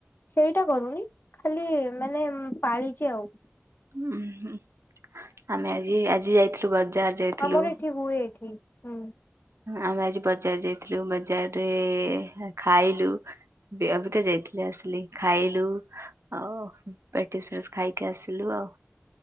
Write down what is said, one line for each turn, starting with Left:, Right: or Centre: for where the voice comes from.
Left: ସେଇଟା କରୁନି ଖାଲି ମାନେ ପାଳିଚି ଆଉ।
Right: ଉଁହୁଁ ଆମେ ଆଜି ଆଜି ଯାଇଥିଲୁ ବଜାର ଯାଇଥିଲୁ।
Left: ଆମର ଏଠି ହୁଏ ଏଠି ହୁଁ।
Right: ଆମେ ଆଜି ବଜାର ଯାଇଥିଲୁ ବଜାରରେ ଖାଇଲୁ। ବେ ଅବିକା ଯାଇଥିଲି ଆସିଲି ଖାଇଲୁ ଆଉ ପେଟିସ୍ ଫେସ୍ ଖାଇକି ଆସିଲୁ ଆଉ।